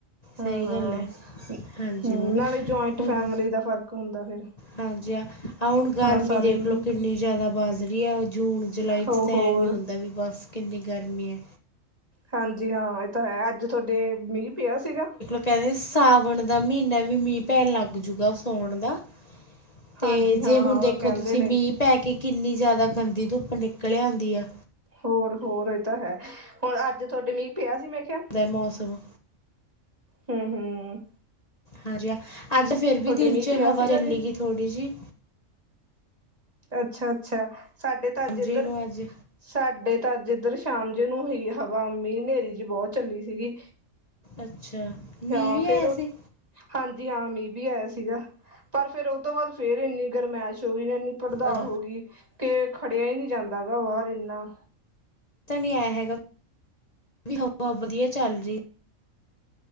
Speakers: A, on the right; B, on the left.
A: ਹਾਂ-ਹਾਂ,
B: ਸਹੀ ਗੱਲ ਹੈ ਹਾਂਜੀ
A: ਹੂੰ,
B: ਮੈਮ
A: ਨਾਲੇ ਜੌਇੰਟ
B: ਹੁਣ
A: ਫੈਮਲੀ ਦਾ ਫ਼ਰਕ ਹੁੰਦਾ ਫਿਰ।
B: ਹਾਂਜੀ ਹਾਂ। ਆ ਹੁਣ ਗਰਮੀ
A: ਹਾਂ ਸਾਰੇ
B: ਦੇਖ
A: ਮਿਲ
B: ਲਓ ਕਿੰਨੀ
A: ਕੇ
B: ਜ਼ੈਦਾ ਬਾਜ਼ ਰੀ ਐ ਜੂਨ- ਜੁਲਾਈ
A: ਹੋ
B: ਸੈ
A: ਹੋਰ
B: ਨੀ ਹੁੰਦਾ ਵੀ ਬਸ। ਕਿੰਨੀ ਗਰਮੀ ਐ।
A: ਹਾਂਜੀ ਹਾਂ ਐ ਤਾਂ ਹੈ ਅੱਜ ਤੁਆਡੇ ਮੀਂ ਪਿਆ ਸੀਗਾ।
B: ਕੈਂਦੇ ਸਾਵਣ ਦਾ ਮਹੀਨਾ ਵੀ ਮੀਂ ਪੈਣ ਲੱਗ ਜੂਗਾ ਸੌਉਣ ਦਾ। ਤੇ
A: ਹਾਂਜੀ ਹਾਂ-ਹਾਂ
B: ਜੇ ਹੁਣ ਦੇਖੋ
A: ਕਹਿੰਦੇ
B: ਤੁਸੀਂ
A: ਨੇ
B: ਮੀਂਹ ਪੈ ਕੇ ਕਿੰਨੀ ਜ਼ੈਦਾ ਗੰਦੀ ਧੁੱਪ ਨਿਕਲ ਆਂਦੀ ਆ।
A: ਹੋਰ-ਹੋਰ ਏ ਤਾਂ ਹੈ, ਹੁਣ ਅੱਜ ਤੁਆਡੇ ਮੀਂਹ ਪਿਆ ਸੀ ਮੈਂ ਕਿਆ।
B: ਤੇ ਮੌਸਮ
A: ਹੂੰ, ਹੂੰ।
B: ਹਾਂਜੀ ਹਾਂ, ਅੱਜ ਫੇਰ ਵੀ ਦਿਨ
A: ਮੀਂਹ
B: ਚ
A: ਪਿਆ
B: ਹਵਾ
A: ਸੀਗਾ
B: ਚੱਲੀ
A: ਜੀ
B: ਗੀ ਥੋੜ੍ਹੀ ਜੀ
A: ਅੱਛਾ-ਅੱਛਾ ਸਾਡੇ ਤਾਂ ਅੱਜ
B: ਸਮਝੇ
A: ਇੱਧਰ
B: ਨੂੰ ਅੱਜ
A: ਸਾਡੇ ਤਾਂ ਅੱਜ ਇੱਧਰ ਸ਼ਾਮ ਜੀ ਨੂੰ ਹੀ ਹਵਾ ਮੀਂ ਹਨੇਰੀ ਜੀ ਬੌਤ ਚੱਲੀ ਸੀਗੀ
B: ਅੱਛਾ ਮੀਂਹ
A: ਹਾਂ,
B: ਵੀ
A: ਫੇਰ
B: ਆਇਆ
A: ਓ
B: ਸੀ
A: ਹਾਂਜੀ ਹਾਂ ਮੀਂਹ ਵੀ ਆਇਆ ਸੀਗਾ ਪਰ ਫੇਰ ਓ ਤੋਂ ਬਾਦ ਫੇਰ ਇੰਨੀ ਗਰਮੈਸ਼ ਹੋਈ <unintelligible>
B: ਅੱਛਾ
A: ਹੋ ਗਈ ਕੇ ਖੜਿਆ ਈ ਨਈ ਜਾਂਦਾ ਹੈਗਾ ਬਾਹਰ ਇੰਨਾ।
B: ਪਤਾ ਨੀ ਐ ਹੈਗਾ ਹਵਾ ਵਦੀਆ ਚੱਲ ਦੇ।